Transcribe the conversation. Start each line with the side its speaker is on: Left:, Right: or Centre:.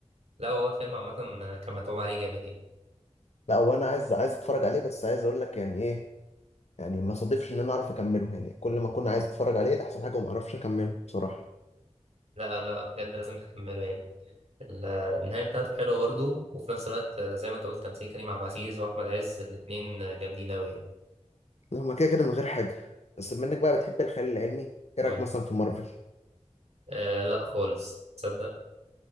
Right: لا هو الفيلم عامه كان متعوب عليه جامد يعني
Left: لا وانا عايز عايز اتفرج عليه بس عايز اقول لك يعني ايه يعني ما صادفش ان انا اعرف اكمله يعني كل ما كنت عايز اتفرج عليه تحصل حاجة وما اعرفش اكمله بصراحة
Right: لا لا بجد لازم تكمله يعني ال- النهايه بتاعته حلوه برضه وفي نفس الوقت آه، زي ما انت قلت تمثيل كريم عبد العزيز واحمد عز الاثنين جامدين قوي يعني
Left: لا ما كده كده من غير حاجة بس بما انك بقى بتحب الخيال العلمي ايه
Right: قول
Left: رأيك مثلا في مارفل
Right: آه لا خالص تصدق